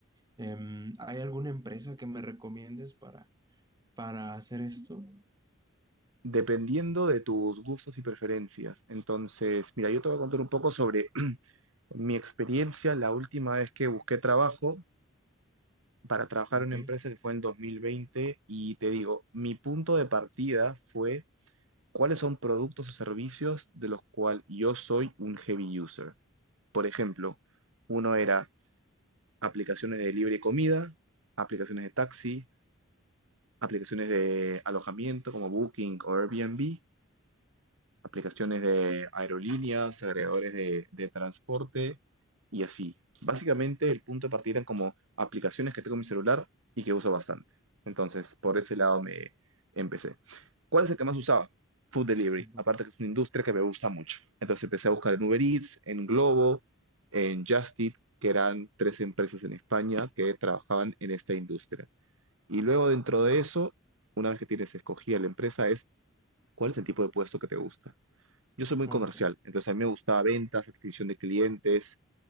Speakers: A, on the right; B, on the right.
A: Em, ¿hay alguna empresa que me recomiendes para, para hacer esto?
B: Dependiendo de tus gustos y preferencias. Entonces, mira, yo te voy a contar un poco sobre <clears throat> mi experiencia la última vez que busqué trabajo para trabajar
A: Ok.
B: en una empresa que fue en 2020 y te digo, mi punto de partida fue cuáles son productos o servicios de los cuales yo soy un heavy user. Por ejemplo, uno era aplicaciones de delivery de comida, aplicaciones de taxi, aplicaciones de alojamiento como Booking o Airbnb, aplicaciones de aerolíneas, agregadores de, de transporte y así. Básicamente el punto de partida eran como aplicaciones que tengo en mi celular y que uso bastante. Entonces, por ese lado me empecé. ¿Cuál es el que más usaba? Food delivery,
A: Ujú.
B: aparte que es una industria que me gusta mucho. Entonces empecé a buscar en Uber Eats, en Globo, en Just Eat, que eran tres empresas en España que trabajaban en esta industria. Y luego dentro de eso, una vez que tienes escogida la empresa, es cuál es el tipo de puesto que te gusta. Yo soy muy
A: Ok,
B: comercial, entonces a mí me gustaba ventas, adquisición de clientes,